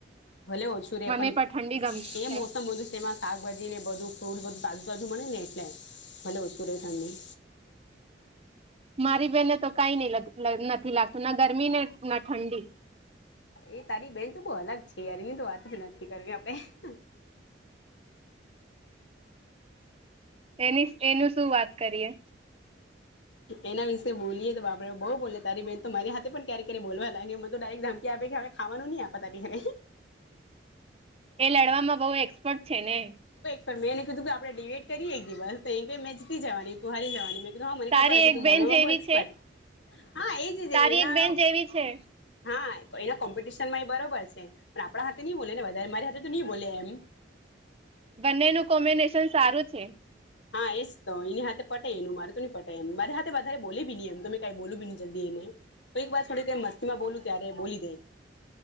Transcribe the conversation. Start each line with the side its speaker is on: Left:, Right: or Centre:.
Left: ભલે ઓછું રે
Right: મને
Left: પણ
Right: ઠંડી ગમે
Left: એ
Right: છે
Left: મોસમ બધું છે એમાં શાકભાજી ને બધું તોલું બધું તાજુ તાજુ મળે ને એટલે ભલે ઓછું રહે ઠંડી
Right: મારી બેહેનને તો કઈ ન નથી લાગતું ના ગરમી ને ના ઠંડી
Left: એ તારી બેન તો બહુ અલગ છે યાર એની તો વાત જ નથી કરવી આપણે
Right: <inaudible> એની એનું શું વાત કરીએ
Left: એના વિશે બોલીય તો બાપરે બહુ બોલે તારી બેન તો મારી હાથે પણ ક્યારે ક્યારે બોલવા લાગ તો ડાયરેક ધમકી આપે કે હવે ખાવાનું નહી આપ તની ઘરે
Right: એ લડવામાં બહ એક્સપર્ટ છે ને
Left: પણ મેંને કીધું કે આપણે ડિબટ કરીએ એક દિવસ તો એ કે મેં જીતી જવાની તું હારી જવાની મે હા મને
Right: તારી
Left: ખબર હ છે
Right: એક
Left: તું
Right: બેન
Left: બોલવામાંમાં
Right: જેવી
Left: બો એક્સપર્ટ
Right: છે
Left: હા એજ છે
Right: તારી
Left: એના
Right: એક બેન જેવી છે
Left: હા એના કોમ્પિટિશન માં બરોબર છે પણ આપણા હાથે નઈ બોલે નેારે મારી હાથે તો નહી બોલે એમ
Right: બંને નું કોમ્બિનેશન સારું છે
Left: હા એજ તો એની હાથે પટે એનું મારે તો ન પટે એમ મારે હાથે વધારે બોલી બી નહી એમ તમે કઈ બોલ બી નહી જલ્દી એને તો એક વાર થોડી ત મસ્તીમાં બોલું ત્યારે બોલી દે